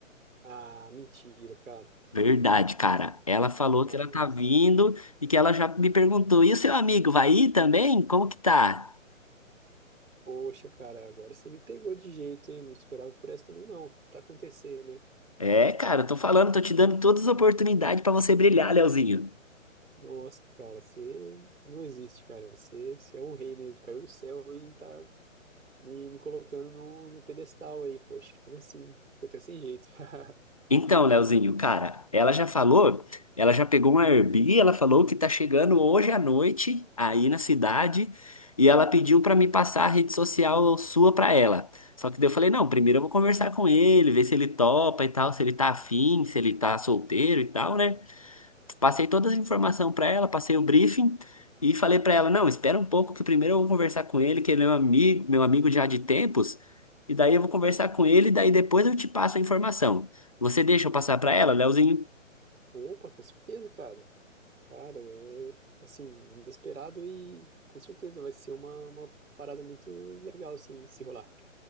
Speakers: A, on the right (about 80°); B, on the left (about 30°).
A: Ah, mentira, cara.
B: Verdade, cara. Ela falou
A: Nossa.
B: que ela tá vindo e que ela já me perguntou: e o seu amigo vai ir também? Como que tá?
A: Poxa, cara, agora você me pegou de jeito, hein? Não esperava por essa também, não. Tá acontecendo, hein?
B: É, é, cara, eu tô falando, tô te dando todas as oportunidades pra você brilhar, Leozinho.
A: Nossa, cara, você não existe, cara. Você, você é um rei mesmo. Caiu do céu e tá me, me colocando no, no pedestal aí, poxa. Como assim? Fico até sem jeito. <laughs>
B: Então, Leozinho, cara, ela já falou, ela já pegou uma Airbnb, ela falou que tá chegando hoje à noite aí na cidade e ela pediu pra me passar a rede social sua pra ela. Só que daí eu falei, não, primeiro eu vou conversar com ele, ver se ele topa e tal, se ele tá afim, se ele tá solteiro e tal, né? Passei todas as informações para ela, passei o briefing e falei para ela, não, espera um pouco que primeiro eu vou conversar com ele, que ele é meu amigo, meu amigo já de tempos, e daí eu vou conversar com ele, e daí depois eu te passo a informação. Você deixa eu passar para ela, Leozinho?
A: Opa, com certeza, cara. Cara, é assim, inesperado e com certeza vai ser uma, uma parada muito legal, assim, se rolar.